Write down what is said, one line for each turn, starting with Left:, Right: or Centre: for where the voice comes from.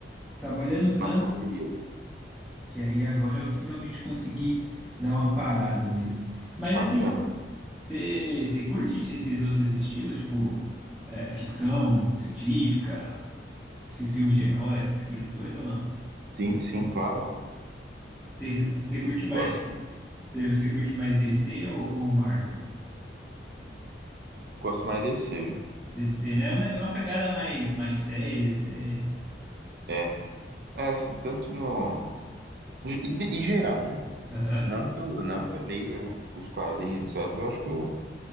Centre: trabalhando tanto
Right: Na correria.
Centre: que aí agora eu finalmente consegui dar uma parada mesmo. Mas
Right: Bacana.
Centre: assim, Você você curte esses outros estilos, tipo, é, ficção científica, esses filmes de herói, esse tipo de coisa ou não?
Right: Sim, sim, claro.
Centre: Você você curte mais,
Right: Gosto,
Centre: você você curte mais DC ou, ou Marvel?
Right: gosto mais de DC, viu?
Centre: DC, né? É um neg- uma pegada mais, mais séria. É...
Right: É. É, assim, tanto no. Em, em geral, né?
Centre: Aham,
Right: Não que eu, não que eu leia os quadrinhos, etc. Eu acho que eu,